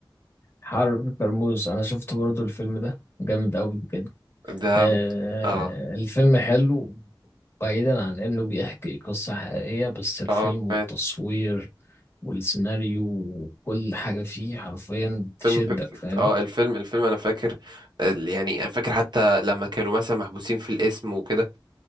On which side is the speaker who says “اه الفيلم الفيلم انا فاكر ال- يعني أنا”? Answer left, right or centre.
Right